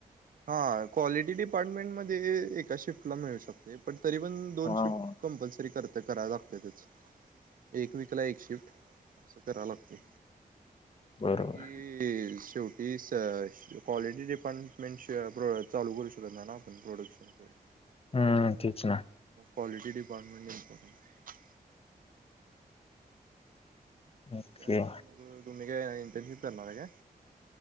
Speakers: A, on the right (about 60°); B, on the left (about 35°).
A: हा क्वालिटी डिपार्टमेंट मध्ये हे एका शिफ्टला मिळू शकते पण तरी पण दोन
B: हम्म
A: शिफ्ट कंपल्सरी करत तर करावं लागत्यातचं एक वीकला एक शिफ्ट असं कराय लागतंय
B: बरोबर
A: कारण की शेव हीचं क्वालिटी डिपार्टमें मेनशो अ ब चालू करू शकत नाही ना आपण प्रोडक्शन ते
B: हम्म तेचं ना
A: क्वालिटी डिपार्टमेंट इमपॉर्टंट आहे.
B: ओके.
A: काय मग मी काय इंटर्नशिप करणार आहे काय?